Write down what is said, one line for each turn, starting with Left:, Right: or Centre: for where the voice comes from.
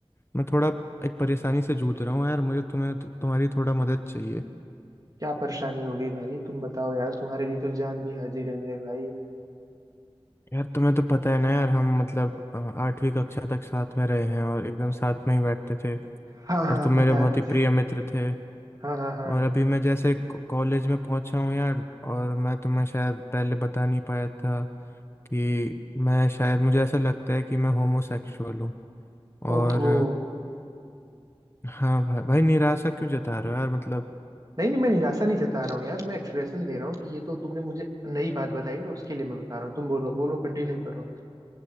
Left: मैं थोड़ा एक परेशानी से जूझ रहा हूँ यार मुझे तुम्हें तो, तुम्हारी थोड़ा मदद चाहिए
Right: क्या परेशानी हो गई भाई तुम बताओ यार तुम्हारे लिए तो जान भी हाजिर है मेरे भाई
Left: यार तुम्हें तो पता है ना यार हम मतलब अ, आठवीं कक्षा तक साथ में रहे हैं और एकदम साथ में ही बैठते थे
Right: हाँ हाँ
Left: और तुम मेरे
Right: पता
Left: बहुत
Right: है मुझे
Left: ही प्रिय मित्र थे
Right: हाँ हाँ हाँ
Left: और अभी मैं जैसे क- कॉलेज में पहुंचा हूँ यार और मैं तुम्हें शायद पहले बता नहीं पाया था कि मैं शायद मुझे ऐसा लगता है कि मैं होमोसेक्सुअल हूँ और
Right: ओहो
Left: हाँ भाई भाई निराशा क्यों जता रहे हो यार मतलब
Right: नहीं नहीं मैं निराशा नहीं जता रहा हूँ यार मैं एक्सप्रेशन दे रहा हूँ कि ये तो तुमने मुझे नई बात बताई ना उसके लिए मैं बता रहा हूँ तुम बोलो बोलो कंटिन्यू करो